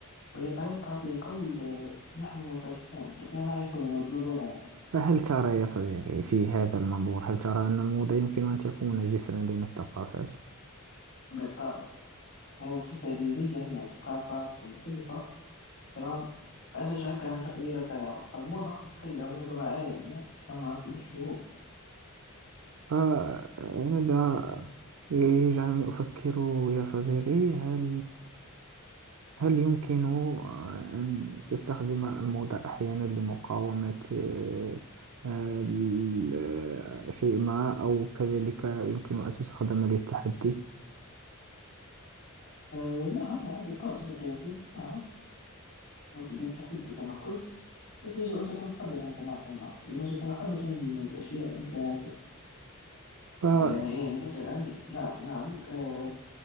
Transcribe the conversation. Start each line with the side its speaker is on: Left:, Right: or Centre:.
Left: وهي طريقة لقول آه نحن منفتحون لكننا نعرف جذو- جذورنا
Right: فهل ترى يا صديقي في هذا المنظور هل ترى أن الموضة يمكن أن تكون جسرا بين الثقافات؟
Left: بالطبع حين تشتري زيا من ثقافات مختلفة ترى فأنت تعبر عن تقديرك لها فالموضة تتكلم لغة عالمية تفهمها كل الشعوب
Right: آه هذا يجعلني أفكر يا صديقي هل هل يمكن أن تستخدم الموضة أحيانا لمقاومة آه، آه، ال- آه، شيء ما أو كذلك يمكن أن تستخدم للتحدي
Left: أه نعم نعم بالطبع صديقي ياسين نعم للتحدي كما قلت لكن يجب أن تكون حذرا كما قلنا يجب أن تكون حذرا من الأشياء مثل هذه
Right: فأسمع
Left: يعني يعني مثلا نعم نعم أه